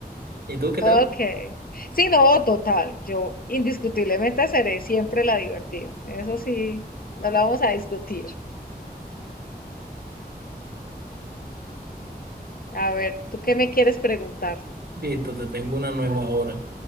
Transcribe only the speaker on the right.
¿Y tú qué
tal?
Listo, te tengo una nueva ahora.